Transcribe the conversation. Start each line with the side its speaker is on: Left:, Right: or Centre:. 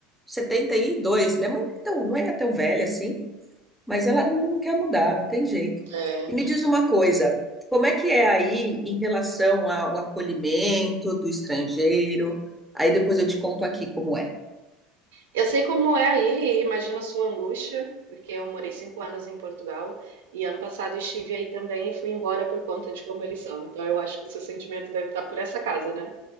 Centre: 72. Minha mãe não é tão, não é tão velha assim, mas ela não, não quer mudar, não tem jeito.
Right: É.
Centre: E me diz uma coisa, como é que é aí em relação ao acolhimento do estrangeiro? Aí depois eu te conto aqui como é.
Right: Eu sei como é aí, e imagino a sua angústia, porque eu morei cinco anos em Portugal e ano passado estive aí também e fui embora por conta de como eles são. Então eu acho que o seu sentimento deve estar por essa casa, né?